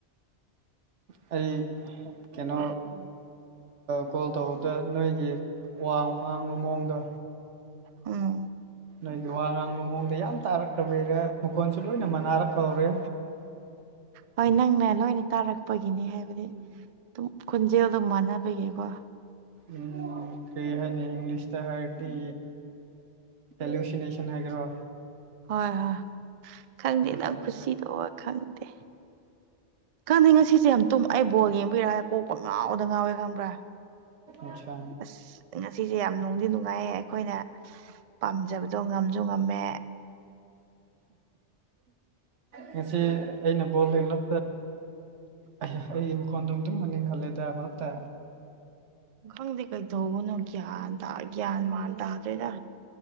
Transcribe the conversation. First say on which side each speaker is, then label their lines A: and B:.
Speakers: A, on the right; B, on the right.
A: ꯑꯩ
B: ꯎꯝ
A: ꯀꯩꯅꯣ
B: <unintelligible>
A: ꯀꯣꯜ ꯇꯧꯕꯗ ꯅꯣꯏꯒꯤ ꯋꯥꯡ ꯋꯥꯡꯕ ꯃꯑꯣꯡꯗ
B: ꯎꯝ
A: ꯅꯗꯤ ꯋꯥ ꯂꯥꯡꯕ ꯃꯑꯣꯡꯗ ꯌꯥ ꯇꯥꯔꯛꯇ꯭ꯔꯕꯔ ꯃꯈꯣꯟꯁꯨ ꯂꯣꯏꯅ ꯃꯅꯥꯔꯛꯄ ꯍꯧꯔꯦ
B: ꯍꯣꯏ ꯅꯪꯅ ꯂꯣꯏꯅ ꯇꯥꯔꯛꯄꯒꯤ ꯍꯥꯏꯕꯗꯤ ꯑꯗꯨꯝ ꯈꯣꯟꯖꯦꯜ ꯑꯗꯨꯝ ꯃꯥꯟꯅꯕꯒꯤꯀꯣ
A: ꯎꯝ ꯀ ꯍꯥꯏꯅꯤ ꯏꯪꯂꯤꯁ ꯇ ꯍꯥꯏꯔꯗꯤ ꯚꯦꯛꯁꯤꯅꯦꯁꯟ ꯍꯥꯏꯒꯦ꯭ꯔꯥ
B: ꯍꯣꯏ ꯍꯣꯏ ꯈꯪꯗꯦ ꯅ
A: ꯇꯧꯔꯦ
B: ꯈꯨꯁꯤꯗꯣ ꯈꯪꯗꯦ ꯈꯪꯗꯦ ꯉꯁꯤꯁꯦ ꯌꯥꯝ ꯇꯨꯝꯃ ꯑꯩ ꯕꯣꯜ ꯌꯦꯡꯕꯤꯔꯛꯑꯒꯦ ꯀꯣꯛꯄ ꯉꯥꯎꯗ ꯉꯥꯎꯋꯦ ꯈꯪꯕ꯭ꯔꯥ
A: ꯑꯠꯆꯥ
B: ꯑꯁ ꯉꯁꯤꯁꯦ ꯌꯥꯝ ꯅꯨꯡꯗꯤ ꯅꯨꯡꯉꯥꯏꯌꯦ ꯑꯩꯈꯣꯏꯅ ꯄꯥꯝꯖꯕꯗꯣ ꯉꯝꯁꯨ ꯉꯝꯃꯦ
A: ꯉꯁꯤ ꯑꯩꯅ ꯕꯣꯜ ꯍꯦꯡꯂꯞꯄ ꯑꯩꯒꯤ ꯃꯈꯣꯟꯗꯨꯅꯤ <unintelligible> ꯑꯗꯨꯝꯃꯅꯤ ꯈꯂꯦꯗ ꯃꯔꯠꯇ
B: ꯈꯪꯗꯦ ꯀꯩꯗꯧꯒꯅꯨ ꯒ꯭ꯌꯥꯟ ꯇ ꯒ꯭ꯌꯥꯟ ꯃꯥꯟ ꯇꯥꯗꯦꯗ